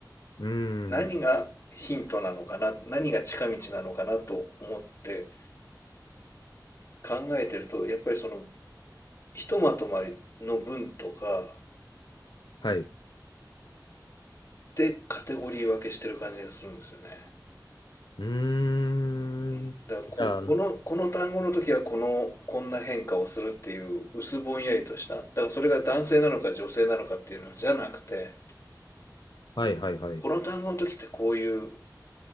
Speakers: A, on the left (about 75°); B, on the left (about 40°).
A: ーん。
B: 何がヒントなのかな、何が近道なのかなと思って考えてると、やっぱりその、ひとまとまりの文とか
A: はい。
B: でカテゴリー分けしてる感じがするんですよね。
A: うーん。
B: うん、だからこ、
A: じゃあ、な
B: この、この単語の時はこの、こんな変化をするっていう薄ぼんやりとした。だからそれが男性なのか女性なのかっていうのじゃなくて、
A: はいはいはい。
B: この単語の時ってこういう、うん